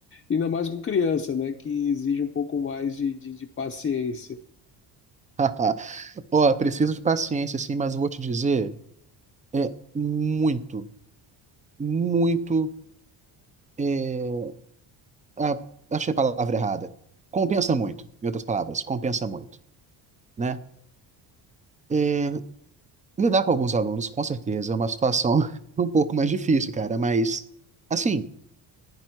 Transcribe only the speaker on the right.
<laughs> Ó, preciso de paciência, sim, mas eu vou te dizer, é muito, muito, eh, ah, achei a palavra errada. Compensa muito, em outras palavras, compensa muito, né? É, Lidar com alguns alunos, com certeza, é uma situação <laughs> um pouco mais difícil, cara, mas assim,